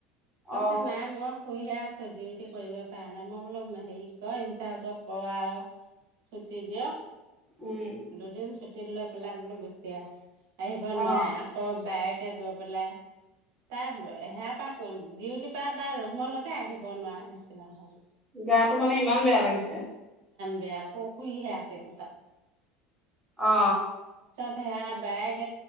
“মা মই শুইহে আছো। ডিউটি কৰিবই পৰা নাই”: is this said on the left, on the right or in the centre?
Right